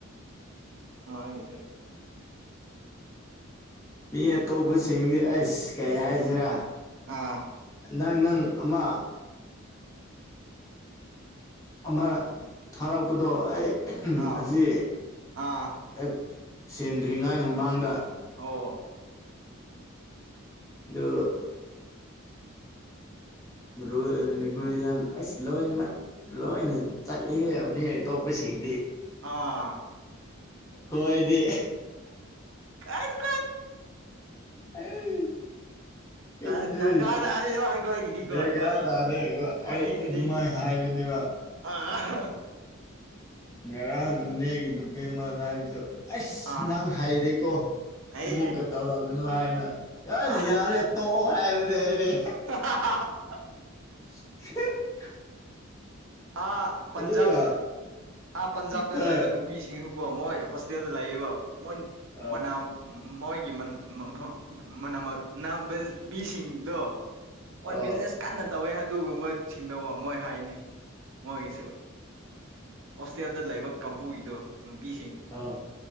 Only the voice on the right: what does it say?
<unintelligible>
ꯑꯥ꯫
ꯑꯥ
ꯑꯥ
ꯑꯣ
ꯑꯥ
ꯀꯥꯏꯁꯨ
ꯀꯥꯏꯗꯦ ꯗꯔꯀꯥꯔ ꯇꯥꯗꯦꯕ ꯑꯩꯈꯣꯏꯒꯤꯗꯤꯀꯣ
ꯏꯕꯥꯅꯤ
ꯏꯕꯥꯅꯤꯒꯤꯗꯤ
<unintelligible>
ꯑꯥ
ꯑꯩ
ꯑꯥ
ꯍ ꯍꯥ ꯍꯥ꯫
ꯑꯥ ꯄꯟꯖꯥꯕ
ꯑꯥ ꯄꯟꯖꯥꯕꯇ
ꯂꯩꯕ ꯅꯨꯄꯤꯁꯤꯡꯁꯨ꯫ ꯃꯣꯏ ꯍꯣꯁꯇꯦꯜꯗ ꯂꯩꯌꯦꯕ ꯃꯣꯏ
ꯃꯅꯥꯎ ꯃꯣꯏꯒꯤ <unintelligible> ꯃꯅꯃ ꯃꯅꯕꯤꯁꯤꯡꯗꯣ ꯃꯣꯢ
ꯕꯤꯖꯤꯅꯦꯁ꯫ ꯀꯟꯅ ꯇꯧꯋꯦ ꯑꯗꯨꯒꯨꯝꯕ ꯁꯤꯡꯗꯧꯕ ꯃꯣꯏ ꯍꯥꯏꯅꯦ꯫ ꯃꯣꯏꯒꯤꯁꯨ ꯍꯣꯁꯇꯦꯜꯗ ꯂꯩꯕ ꯀꯥꯡꯕꯨꯒꯤꯗꯣ ꯅꯨꯄꯤꯁꯤꯡ